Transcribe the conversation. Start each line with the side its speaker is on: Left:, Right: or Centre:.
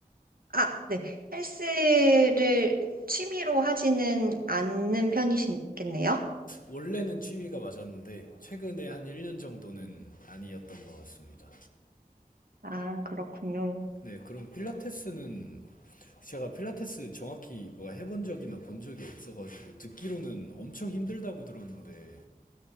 Right: 아, 네. 헬스를 취미로 하지는 않는 편이시겠네요?
Left: 원래는 취미가 맞았는데 최근에 한 1년 정도는 아니었던 것 같습니다.
Right: 아, 그렇군요.
Left: 네, 그럼 필라테스는 제가 필라테스 정확히 뭐 해본 적이나 본 적이 없어가지고 듣기로는 엄청 힘들다고 들었는데